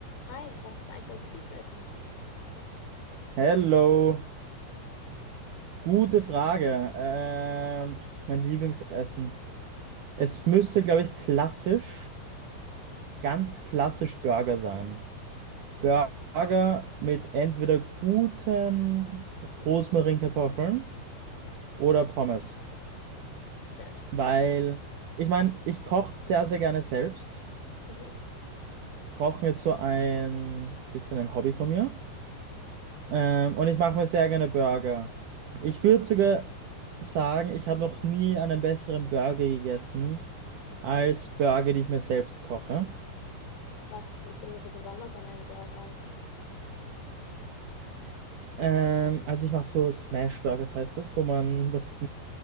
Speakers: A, on the left; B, on the right.
A: Hi, was ist eigentlich dein Lieblingsessen?
B: Hello, gute Frage. Ähm, mein Lieblingsessen. Es müsste, glaube ich, klassisch, ganz klassisch Burger sein. Burger mit entweder guten Rosmarinkartoffeln oder Pommes.
A: Okay.
B: Weil, ich meine, ich koche sehr, sehr gerne selbst.
A: Mhm.
B: Kochen ist so ein bisschen ein Hobby von mir. Ähm, und ich mache mir sehr gerne Burger. Ich würde sogar sagen, ich habe noch nie einen besseren Burger gegessen als Burger, die ich mir selbst koche.
A: Was ist denn so besonders an deinen Burgern?
B: Ähm, also ich mache so Smash Burgers heißt das, wo man das